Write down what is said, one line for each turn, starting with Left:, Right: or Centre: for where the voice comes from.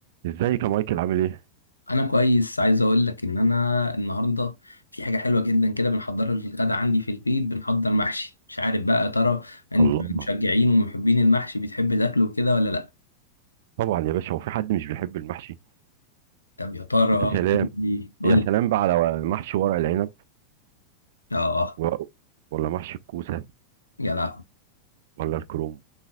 Right: ازيك يا مايكل عامل ايه؟
Left: انا كويس عايز اقول لك ان انا النهارده في حاجه حلوه جدا كده بنحضر الغدا عندي في البيت بنحضر محشي مش عارف بقى يا ترى انت
Right: الله
Left: من مشجعين ومحبين المحشي بتحب تاكله كده ولا لا
Right: طبعا يا باشا هو في حد مش بيحب المحشي؟
Left: طب يا ترى
Right: يا
Left: قول
Right: سلام
Left: لي قول
Right: يا
Left: لي
Right: سلام بقى على محشي ورق العنب
Left: اه
Right: و... ولا محشي الكوسه
Left: يا لا
Right: ولا الكرنب